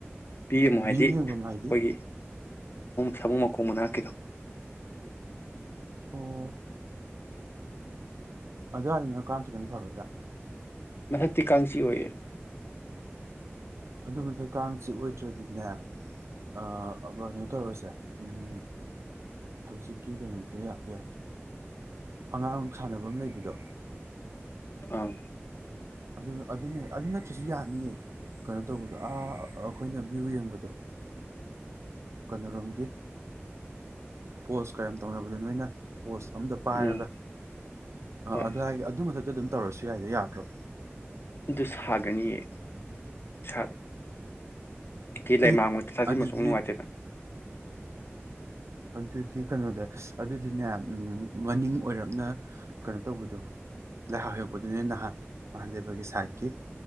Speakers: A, on the left; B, on the right.
A: ꯄꯤꯃꯨ ꯍꯥꯏꯗꯤ
B: ꯚ꯭ꯌꯨ ꯌꯦꯡꯐꯝ ꯍꯥꯏꯗꯤ
A: ꯑꯈꯣꯏꯒꯤ ꯁꯥꯃꯨ ꯃꯈꯣꯡ ꯃꯅꯥꯛꯀꯤꯗꯣ
B: ꯑꯣ ꯑꯗ꯭ꯋꯥꯏꯅ ꯀꯥꯡ ꯈꯤꯇꯪ ꯐꯒꯗ꯭ꯔꯥ
A: ꯃꯊꯛꯇꯤ ꯀꯥꯡ ꯆꯤꯛꯑꯣꯏꯌꯦ
B: ꯑꯗꯨ ꯃꯊꯛ ꯀꯥꯡꯁꯤ ꯑꯣꯏꯗ꯭ꯔꯗꯤꯅꯦ ꯑꯥꯑꯥ ꯀꯩꯅꯣ ꯇꯧꯔꯁꯦ ꯑꯃ ꯍꯧꯖꯤꯛꯀꯤ ꯀꯩꯅꯣꯗ ꯌꯥꯀꯦ ꯑꯉꯥꯡ ꯁꯥꯟꯅꯐꯝ ꯂꯩꯕꯗꯣ
A: ꯑꯪ
B: ꯑꯗꯨ ꯑꯗꯨꯅꯦ ꯑꯗꯨ ꯅꯠꯇ꯭ꯁꯨ ꯌꯥꯅꯤꯌꯦ ꯀꯩꯅꯣ ꯇꯧꯕꯗꯣ ꯑꯥ ꯑꯩꯈꯣꯏꯅ ꯚ꯭ꯌꯨ ꯌꯦꯡꯕꯗꯣ ꯀꯩꯅꯔꯣꯝꯒꯤ ꯄꯣꯁ ꯀꯌꯥꯝ ꯇꯧꯅꯕꯗꯣ ꯅꯣꯏꯅ ꯄꯣꯁ ꯑꯝꯗ ꯄꯥꯏꯔꯒ
A: ꯎꯝ ꯍꯣꯏ
B: ꯑꯗꯨꯏꯒꯤ ꯑꯗꯨ ꯃꯊꯛꯇ ꯑꯗꯨꯝ ꯇꯧꯔꯁꯨ ꯌꯥꯏꯗ ꯌꯥꯗ꯭ꯔꯣ
A: ꯗꯨꯁ ꯁꯥꯒꯅꯤꯌꯦ ꯁꯥꯠ ꯊꯤ ꯂꯩꯃꯥꯡ
B: ꯑꯦ
A: ꯃꯊꯛ ꯊꯥꯖꯤꯟꯕꯁꯨ
B: ꯑꯗꯨꯗꯤ
A: ꯅꯨꯡꯉꯥꯏꯇꯦꯅ
B: ꯑꯗꯨꯗꯤ ꯀꯩꯅꯣꯗ ꯑꯗꯨꯗꯤꯅꯦ ꯃꯅꯤꯡ ꯑꯣꯏꯔꯞꯅ ꯀꯩꯅꯣ ꯇꯧꯕꯗꯣ ꯂꯥꯏꯍꯥꯎ ꯍꯔꯣꯛꯄꯗꯨꯅꯦ ꯅꯍꯥꯟ ꯅꯍꯥꯟꯗꯦꯕꯒꯤ ꯁꯥꯏꯠꯀꯤ